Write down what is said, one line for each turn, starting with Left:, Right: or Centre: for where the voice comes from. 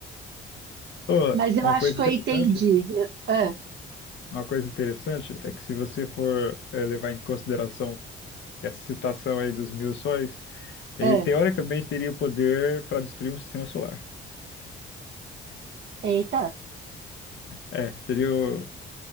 Left: Ô,
Right: Mas eu
Left: uma
Right: acho
Left: coisa
Right: que
Left: interessante,
Right: eu entendi. Eu- ah,
Left: uma coisa interessante é que se você for eh, levar em consideração essa citação aí dos mil sóis, Ele
Right: ah,
Left: teoricamente teria o poder para destruir um sistema solar.
Right: eita,
Left: É, seria o...